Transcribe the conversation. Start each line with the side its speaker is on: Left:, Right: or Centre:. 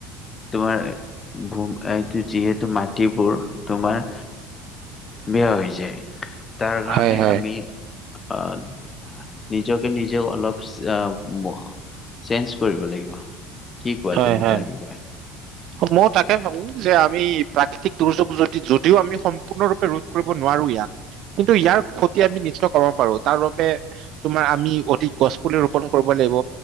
Left: তোমাৰ ভোম এইটো যিহেতু মাটিবোৰ তোমাৰ- বেয়া হৈ যায়, তাৰ কাৰণে
Right: হয় হয়
Left: আমি আহ- নিজকে নিজে অলপ অঁ' চেঞ্জ কৰিব লাগিব। কি কোৱা
Right: হয়
Left: তুমি
Right: হয়।
Left: তাৰ বিষয়ে?
Right: অ মও তাকে ভাবো, যে আমি প্ৰাকৃতিক দুৰ্যোগ যদি যদিও আমি সম্পূৰ্ণৰূপে ৰোধ কৰিব নোৱাৰো ইয়াক- কিন্তু, ইয়াৰ ক্ষতি আমি নিশ্চয় কমাব পাৰো। তাৰ বাবে, - তোমাৰ আমি অধিক গছ পুলি ৰোপন কৰিব লাগিব।